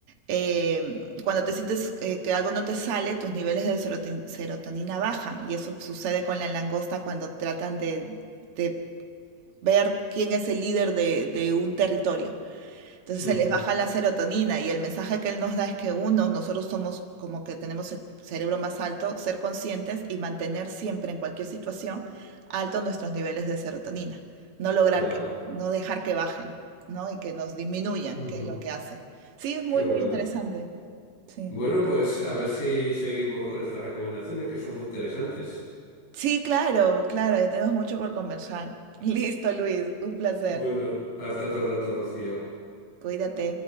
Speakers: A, on the right; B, on the left.
A: eh, cuando te sientes eh, que algo no te sale, tus niveles de serotin- serotonina bajan. Y eso sucede con la langosta cuando tratan de, de ver quién es el líder de de un territorio. Entonces se
B: Ujú,
A: les baja la serotonina y el mensaje que él nos da es que uno, nosotros somos como que tenemos el cerebro más alto, ser conscientes y mantener siempre en cualquier situación altos nuestros niveles de serotonina. No lograr
B: claro,
A: que, no dejar que bajen, ¿no? Y que nos disminuyan,
B: ujú,
A: que es lo que hace. Sí, es
B: qué
A: muy,
B: bueno.
A: muy interesante. Sí.
B: Bueno, pues a ver si seguimos con estas recomendaciones que son muy interesantes.
A: Sí, claro, claro, ya tenemos mucho por conversar. <laughs> Listo, Luis, un placer.
B: Bueno, hasta otro rato, Rocío.
A: Cuídate.